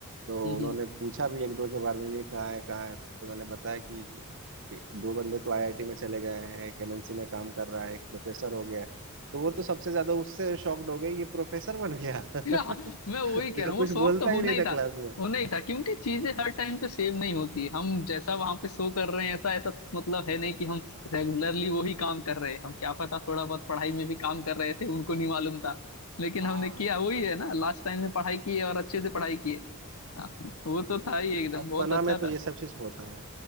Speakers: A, on the right (about 60°); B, on the left (about 70°).
A: तो
B: हम्म
A: उन्होंने
B: हम्म।
A: पूछा भी एक दो के बारे में ये कहाँ है कहाँ है तो मैंने बताया कि कि दो बंदे तो आईआईटी में चले गए हैं एक एमएनसी में काम कर रहा है एक प्रोफेसर हो गया है तो वो तो सबसे ज्यादा उससे शॉक्ड हो गए ये प्रोफेसर बन गया <laughs>
B: हाँ, मैं वही कह
A: जो
B: रहा हूँ वो
A: कुछ
B: शौक
A: बोलता
B: तो होना
A: ही नहीं
B: ही
A: था
B: था
A: क्लास में
B: होना ही था क्योंकि चीजें हर टाइम पे सेम नहीं होती हम जैसा वहां पे शो कर रहे हैं ऐसा ऐसा मतलब है नहीं कि हम रेगुलरली वही काम कर रहे हैं हम क्या पता थोड़ा बहुत पढ़ाई में भी काम कर रहे थे उनको नहीं मालूम था लेकिन
A: हाँ
B: हमने किया वही है ना लास्ट टाइम में पढ़ाई की है और अच्छे से पढ़ाई की है हाँ, वो तो था ही एकदम
A: बचपना
B: बहुत अच्छा
A: में
B: था
A: तो ये सब चीज होता है